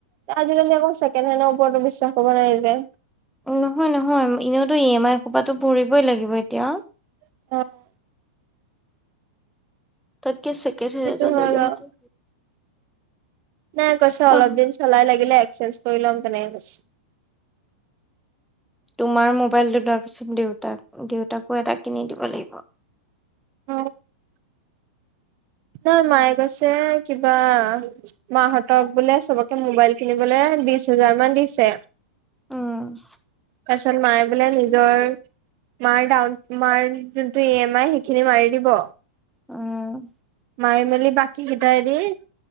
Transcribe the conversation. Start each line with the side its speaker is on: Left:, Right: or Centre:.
Right: আজিকালি আকৌ, চেকেণ্ড হেণ্ডৰ ওপৰতো বিশ্বাস কৰিব নোৱাৰি যে।
Centre: নহয়, নহয় এনেওতো ই এম আই সোপাতো ভৰিবই লাগিব এতিয়া।
Right: <unintelligible>
Centre: তাকে ছেকেণ্ড হেণ্ড
Right: সেইটো
Centre: এটা
Right: হয়
Centre: লৈ লোৱাহেঁতেন।
Right: বাৰু। নাই কৈছে, অলপ
Centre: অ
Right: দিন চলাই লাগিলে, এক্সচেঞ্জ কৰি লম তেনেকে কৈছে।
Centre: তোমাৰ মোবাইলটো, তাৰপিছত দেউতাক, দেউতাকো এটা কিনি দিব লাগিব।
Right: <unintelligible> নহয় মায়ে কৈছে, কিবা মাহঁতৰ বোলে চবকে, মোবাইল কিনিবলৈ বিশ হোজাৰ মান দিছে।
Centre: অহ।
Right: তাৰপিচত মায়ে বোলে নিজৰ মাৰ ডাউন মাৰ যোনটো ই এম আই, সেইখিনি মাৰি দিব।
Centre: অ'।
Right: মাৰি-মেলি বাকী কিতাই দি।